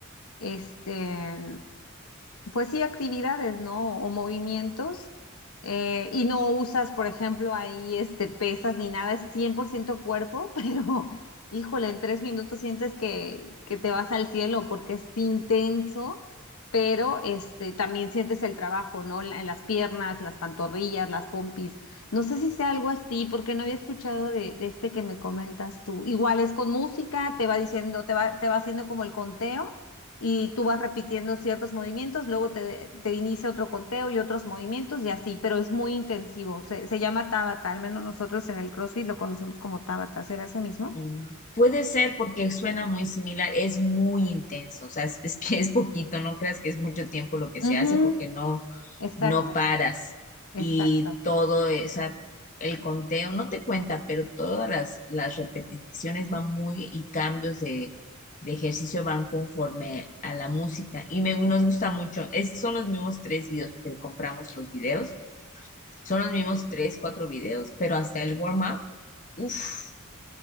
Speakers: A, on the left; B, on the left.
A: este, pues sí, actividades, ¿no? O movimientos. eh, y no usas, por ejemplo, ahí este, pesas ni nada, es 100% cuerpo, <laughs> pero híjole, en tres minutos sientes que, que te vas al cielo porque es intenso, pero este, también sientes el trabajo, ¿no? La- En las piernas, las pantorrillas, las pompis. No sé si sea algo así, porque no había escuchado de, de este que me comentas tú. Igual es con música, te va diciendo, te va, te va haciendo como el conteo y tú vas repitiendo ciertos movimientos, luego te, te inicia otro conteo y otros movimientos y así, pero es muy intensivo. Se, se llama Tabata, al menos nosotros en el CrossFit lo conocemos como Tabata, ¿será ese mismo?
B: Mm, Puede ser porque suena muy similar, es muy intenso, o sea, es, es que <laughs> es poquito, no creas que es mucho tiempo lo que se
A: Ujú,
B: hace porque no,
A: Exacto,
B: no paras
A: exacto.
B: y todo, esa, el conteo no te cuenta, pero todas las, las repeticiones van muy y cambios de, de ejercicio van conforme a la música y me, nos gusta mucho, es, son los mismos tres videos que compramos los videos, son los mismos tres, cuatro videos, pero hasta el warm-up, uff